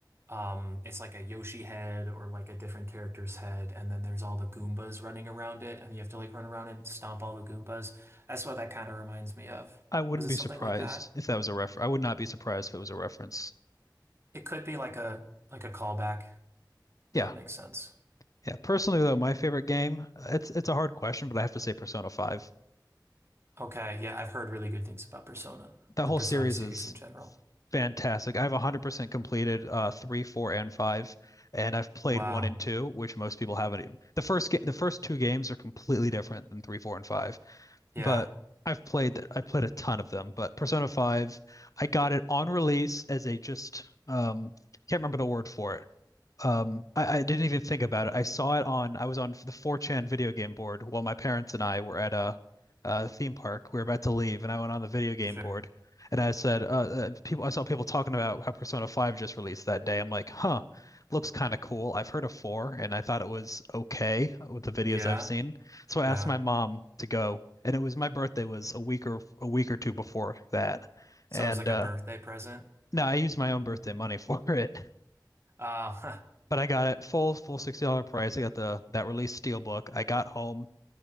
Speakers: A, on the right (about 35°); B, on the left (about 45°).
A: um, it's like a Yoshi head or like a different character's head, and then there's all the Goombas running around it, and you have to like run around and stomp all the Goombas. That's what that kind of reminds me of.
B: I wouldn't
A: Was it
B: be
A: something
B: surprised
A: like that?
B: if that was a refer. I would not be surprised if it was a reference.
A: It could be like a like a callback.
B: Yeah,
A: That would make sense.
B: yeah. Personally, though, my favorite game, it's it's a hard question, but I have to say Persona 5.
A: Okay, yeah, I've heard really good things about Persona,
B: That
A: the
B: whole
A: Persona
B: series
A: series
B: is
A: in general.
B: fantastic. I've 100% completed uh 3, 4, and 5, and I've played
A: Wow.
B: 1 and 2, which most people haven't even. The first ga- the first two games are completely different than 3, 4, and 5,
A: Yeah,
B: but I've played that I played a ton of them, but Persona 5, I got it on release as a just um can't remember the word for it. Um, I, I didn't even think about it. I saw it on, I was on the 4chan video game board while my parents and I were at a, a theme park. We were about to leave, and I went on the video game
A: sure.
B: board, and I said, uh, uh, people, I saw people talking about how Persona 5 just released that day. I'm like, huh, looks kind of cool. I've heard of 4, and I thought it was okay with the videos
A: Yeah,
B: I've seen. So I
A: yeah.
B: asked my mom to go, and it was my birthday was a week or a week or two before that,
A: So
B: and
A: it was like
B: uh,
A: a birthday present.
B: no, I used my own birthday money <laughs> for it.
A: Uh,
B: But I got it full full $60 price. I got the that release Steelbook. I got home